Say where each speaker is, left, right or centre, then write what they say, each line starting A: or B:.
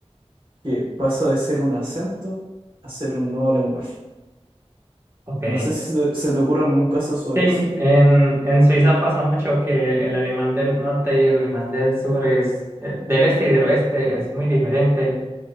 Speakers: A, on the right; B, on the right.
A: que pasa de ser un acento a ser un nuevo lenguaje.
B: Ok.
A: No sé si se, se te ocurre algún caso sobre
B: Sí,
A: eso.
B: en, en Suiza pasa mucho que el alemán del norte y el alemán del sur es, eh, del este y del oeste es muy diferente.